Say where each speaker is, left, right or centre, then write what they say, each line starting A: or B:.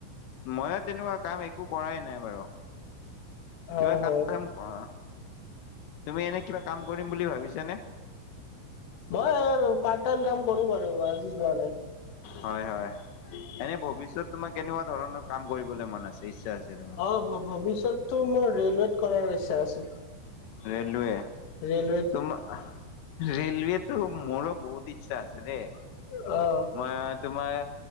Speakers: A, on the left; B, on the left.
A: ময়ো তেনেকুৱা কাম একো কৰাই নাই বাৰু কিবা
B: হয়
A: কাম
B: হয়
A: অ, তুমি এনে কিবা কাম কৰিম বুলি ভাবিছা নে
B: মই, পাৰ্ট টাইম কাম কৰো বাৰু আজি যোৱা নাই
A: হয়, হয়, এনে ভৱিষ্যত তোমাক কেনেকুৱা ধৰণৰ কাম কৰিবলৈ মন আছে ইচ্ছা আছে তোমাৰ?
B: অ', ভৱিষ্যততো মোৰ ৰে'লৱেত কৰাৰ ইচ্ছা আছে।
A: ৰেলৱে
B: ৰেলৱেত
A: তোম ৰেলৱেতো, মোৰো বহুত ইচ্ছা আছে দেই।
B: অ',
A: মই তোমাৰ